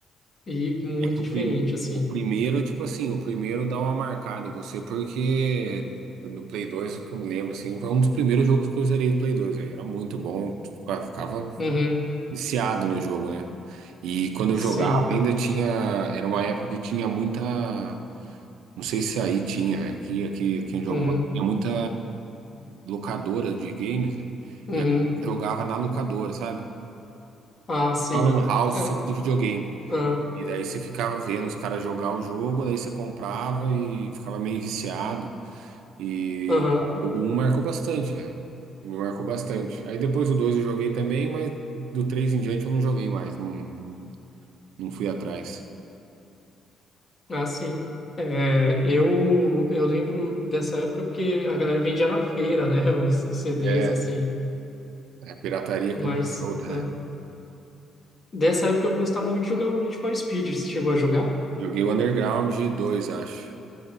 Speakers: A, on the left; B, on the right.
A: e muito
B: É que o,
A: diferente,
B: prime,
A: assim.
B: o primeiro, tipo assim, o primeiro dá uma marcada em você, porque no Play dois o que eu me lembro, assim, foi um dos primeiros jogos que eu zerei do Play dois velho, era muito bom, fica- ficava
A: Uhum,
B: viciado no jogo, né? E quando eu
A: sim,
B: jogava, ainda tinha. Era uma época que tinha muita. Não sei se aí tinha, né? aqui, aqui, aqui onde
A: uhum,
B: eu moro, tinha muita locadora de games, né?
A: uhum,
B: E a galera jogava na locadora, sabe?
A: ah, sim,
B: Uma lan house,
A: é,
B: só que de videogame.
A: ah,
B: E daí você ficava vendo os caras jogar o jogo, daí você comprava e ficava meio viciado. E
A: aham,
B: o um marcou bastante, velho. Me marcou bastante. Aí depois o dois eu joguei também, mas do três em diante eu não joguei mais. Não, não fui atrás.
A: ah, sim. É, eu, eu lembro dessa época porque a galera vendia na feira, né, <laughs> os, os CDs,
B: É,
A: assim,
B: A pirataria
A: mas
B: começou solta,
A: ah,
B: né?
A: dessa época eu gostava muito de jogar o Need for Speed, você chegou a jogar?
B: Joguei o Underground dois acho.